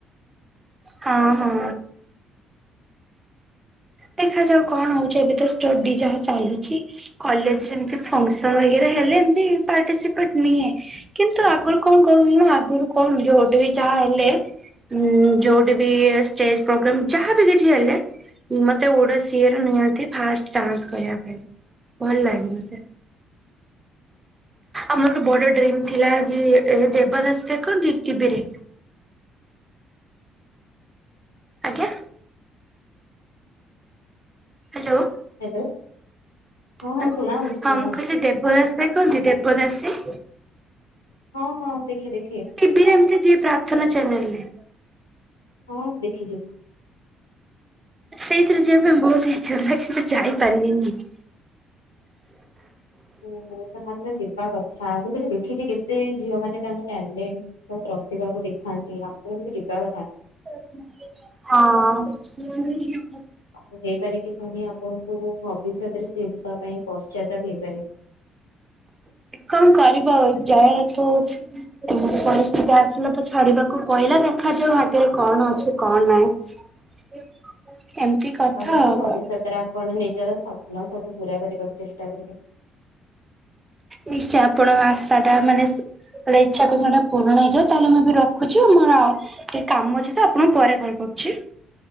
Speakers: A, on the right; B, on the left.
A: ହଁ ହଁ। ଦେଖାଯାଉ କଣ ହଉଚି ଏବେ ତ ଷ୍ଟଡି ଯାହା ଚାଲୁଚି। କଲେଜରେ ଏମତି ଫଂସନ ହଇକାରେ ହେଲେ ଏମତି ପାର୍ଟିସିପେଟ ନିଏ। କିନ୍ତୁ ଆଗୁରୁ କଣ କହୁଥୁ ଉଁ ଆଗୁରୁ କଣ ଯୋଉଠି ବି ଯାହା ହେଲେ ଉଁ ଯୋଉଠି ବି ଷ୍ଟେଜ ପ୍ରୋଗ୍ରମ୍ ଯାହା ବି କିଛି ହେଲେ ଉ ମତେ ଓଡ଼ଶୀର ନିଅନ୍ତି ଫାଷ୍ଟ ଡ୍ୟାନ୍ସ କରିବା ପାଇଁ। ଭଲ ଲାଗେନା ସେ। ଆଉ ମୋର ଗୋଟେ ବଡ଼ ଡ୍ରିମ ଥିଲା ଜି ଏ ଦେବଦାସ ଦେଖନ୍ତି ଟି ବି ରେ? ଆଜ୍ଞା? ହାଲୋ
B: ହ୍ୟାଲୋ ହଁ
A: ହଁ
B: ଶୁଣା ହଉଛି ଶୁଣା
A: ମୁଁ
B: ହଉଛି
A: କହିଲି ଦେବ ଦାସ ଦେ କନ୍ତି ଦେବଦାସେ?
B: ହଁ ହଁ ଦେଖେ ଦେଖେ।
A: ଟି ଭି ରେ ଏମତି ଦିଏ ପ୍ରାର୍ଥନା ଚ୍ୟାନେଲରେ।
B: ହଁ ମୁଁ ଦେଖିଚି।
A: ସେଇଥିରେ ଯିବା ପାଇଁ ବହୁତ ଇଚ୍ଛା ଥାଏ କିନ୍ତୁ ଯାଇପାନିନି। <inaudible>
B: ଓହୋ ତାହେଲେ ତ ଯିବା କଥା ମୁଁ ସେଠି ଦେଖିଚି କେତେ ଝିଅମାନେ ତାଙ୍କ ଟ୍ୟାଲେନ୍ ସବୁ ପ୍ରତିଭାକୁ ଦେଖାନ୍ତି ଆପଣଙ୍କୁ ବି ଯିବା କଥା।
A: ହଁ।
B: ଆଉ ହେଇପାରେ କିି ପୁଣି ଆପଣଙ୍କୁ ଭବିଷ୍ୟତରେ ଶୀନସ୍ ପାଇଁ ପଶ୍ଚାତାପ ହେଇପାରେ।
A: କଣ କରିବ ଆଉ ଜଏଣ୍ଟ ସୁପସ୍ <unintelligible> ପରିସ୍ଥିତି ଆସିଲା ତ ଛାଡିବାକୁ କଇଲା ଦେଖାଯାଉ ଭାଗ୍ୟରେ କଣ ଅଛି କଣ ନାହିଁ। <inaudible> ଏମିତି କଥା
B: ଆଶା କରୁଛି
A: ଆଉ
B: ଭବିଷ୍ୟତରେ ଆପଣ ନିଜର ସ୍ୱପ୍ନ ସବୁ ପୁରା କରିବାକୁ ଚେଷ୍ଟା କରିବେ।
A: ନିଶ୍ଚୟ ଆପଣଙ୍କ ଆଶା ଟା ମାନେ ସୁ ଯେଟା ଇଚ୍ଛା କରିଛନ୍ତି ସେଟା ପୂରଣ ହେଇଯାଉ, ତାହଲେ ମୁଁ ଏବେ ରଖୁଛି ମୋର ଆଉ ଟିକେ କାମ ଅଛି ତ ଆପଣଙ୍କୁ ପରେ କଲ୍ କରୁୁଛି।